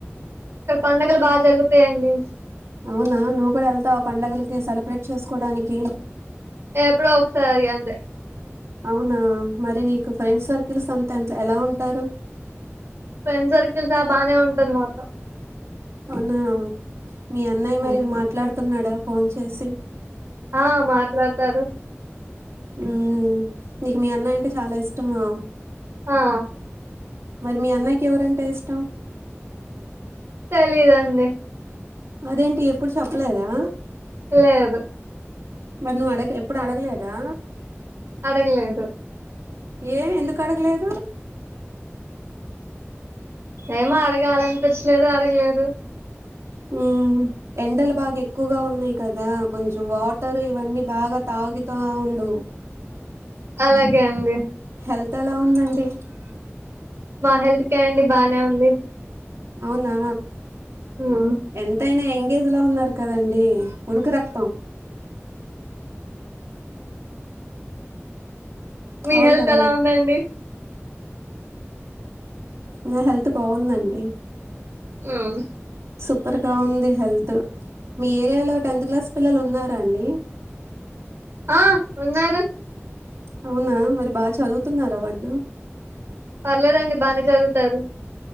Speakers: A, on the right; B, on the right.
A: ఇక్కడ పడుగలు బాగా జరుగుతాయండి
B: అవునా నువ్వు కూడా వెళ్తావా పండుగలకి సెలబ్రేట్ చేసుకోడానికి
A: ఎప్పుడో ఒకసారి అంతే
B: అవునా మరి నీకు ఫ్రెండ్ సర్కిల్స్ అంతా ఎంత ఎలా ఉంటారు
A: ఫ్రెండ్ సర్కిల్సా బానే ఉంటారు మాతో
B: అవునా మీ అన్నయ్య
A: హ్మ్.
B: మరి మాట్లాడుతున్నాడా ఫోన్ చేసి
A: ఆ మాట్లాడతారు
B: ఊ నీకు మీ అన్నయ్య అంటే చాలా ఇష్టమా
A: హ ఆ
B: మరి మీ అన్నయకి ఎవరంటే ఇష్టం
A: తెలిదండి
B: అదేంటి ఎప్పుడు చొప్పలేదా
A: లేదు
B: మరి నువ్వు అడగ ఎప్పుడు అడగలేదా
A: అడగలేదు
B: ఏ ఎందుకు అడగలేదు
A: ఏమో అడగాలనిపించలేదు అడగలేదు
B: ఊ ఎండలు బాగా ఎక్కువగా ఉన్నాయ్ కదా కొంచెం వాటరు ఇవన్నీ బాగా తాగితా ఉండు
A: అలాగే అండి
B: హెల్త్ ఎలా ఉందండి
A: మా హెల్త్ కే అండి బానే ఉంది
B: అవునా
A: హ్మ్.
B: ఎంతైనా ఎంగేజ్ లో ఉన్నారు కదండి ఉడుకు రక్తం
A: మీ
B: అవును
A: హెల్త్
B: కదండి
A: ఎలా ఉందండి
B: నా హెల్త్ బాగుందండి
A: హ్మ్.
B: సూపర్ గా ఉంది హెల్త్ మీ ఏరియాలో టెన్త్ క్లాస్ పిల్లలు ఉన్నారా అండి
A: ఆ ఉన్నారు
B: అవునా మరి బాగా చదువుతున్నారా వాళ్లు
A: పర్లేదండి బానే చదువుతారు